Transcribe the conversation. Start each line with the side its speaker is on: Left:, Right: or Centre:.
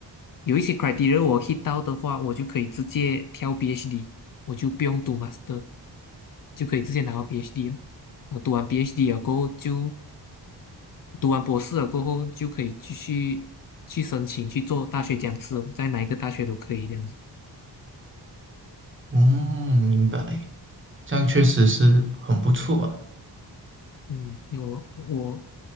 Left: 有一些 criteria 我 hit 到的话，我就可以直接跳 B h d 我就不用读 master，就可以直接拿到 B h d 了。然后读完 B h d 了过后就读完博士了过后，就可以继续去申请去做大学讲师哦在哪一个大学都可以这样子。
Right: 嗯，明白，这样确实是很不错啊。
Left: 嗯，因为我我